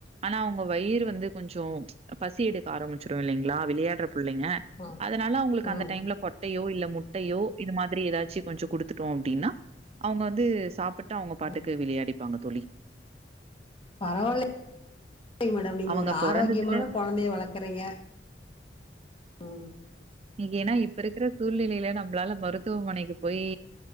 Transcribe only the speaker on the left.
ம்
ம்
ம்
பரவாயில்ல மேடம் நீங்க
ஒரு
ஆரோக்கியமான கொழந்தைய வளர் க்றீங்க ம்